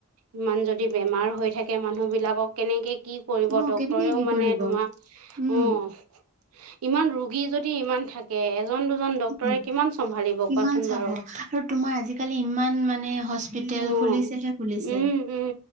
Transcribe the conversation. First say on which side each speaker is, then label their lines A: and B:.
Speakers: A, on the right; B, on the right.
A: ইমান যদি বেমাৰ হৈ থাকে মানুহ বিলাকক কেনেকে কি কৰিব
B: উম অ
A: ডক্টৰেও
B: কেনেকে কি
A: মানে
B: কৰিব
A: তোমাৰ
B: উম।
A: অ' ইমান ৰোগী যদি ইমান থাকে এজন, দুজন ডক্টৰে
B: উম,
A: কিমান চম্ভালিব
B: কিমান
A: কোৱাচোন
B: চাব
A: বাৰু?
B: আৰু তোমাৰ আজিকালি ইমান মানে হছ পিতেল
A: অ',
B: খুলিছেহে খুলিছে
A: উম, উম,